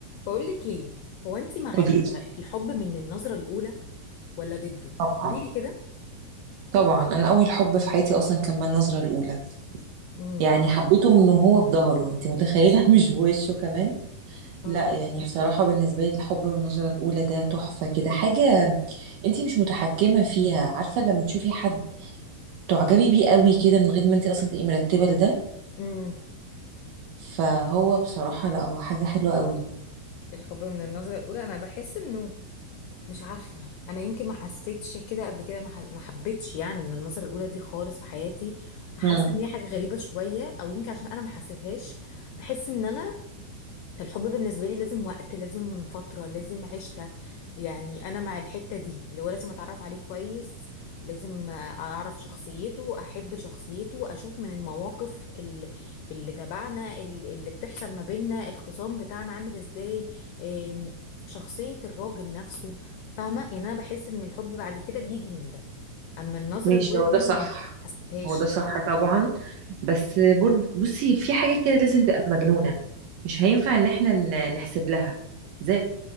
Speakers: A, on the left; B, on the right.
A: بقولك ايه هو انت مع
B: قولي
A: ال- الحب من النظرة الأولى ولا ضده
B: طبعا
A: قولي لي كده
B: طبعا انا اول حب في حياتي اصلا كان من النظره الاولى
A: امم
B: يعني حبيته من وهو بظهره انت متخيله <laughs> مش بوشه كمان
A: اه
B: لا يعني بصراحه بالنسبه لي الحب من النظره الاولى ده تحفه كده حاجه انت مش متحكمه فيها عارفه لما تشوفي حد تعجبي بيه قوي كده من غير ما انت اصلا تبقي مرتبه لده
A: امم
B: فهو بصراحه لا هو حاجه حلوه قوي
A: الحب من النظرة الأولى أنا بحس إنه مش عارفة أنا يمكن ما حسيتش كده قبل كده ما ح- ما حبيتش يعني من النظرة الأولى دي خالص في حياتي فحاسة
B: امم
A: إن هي حاجة غريبة شوية أو يمكن عشان أنا ما حسيتهاش بحس إن أنا الحب بالنسبة لي لازم وقت لازم فترة لازم عشرة يعني أنا مع الحتة دي اللي هو لازم أتعرف عليه كويس لازم أعرف شخصيته أحب شخصيته أشوف من المواقف اللي, اللي تبعنا ال- اللي بتحصل ما بيننا الخصام بتاعنا عامل إزاي إم، شخصية الراجل نفسه فاهمة يعني أنا بحس إن الحب بعد كده بيجي من ده أما النظرة
B: ماشي
A: الأولى
B: هو
A: دي
B: ده صح
A: محسيتهاش
B: هو ده صح طبعا بس برد بصي في حاجة كده لازم تبقى مجنونة مش هينفع ان احنا ن- نحسب لها زي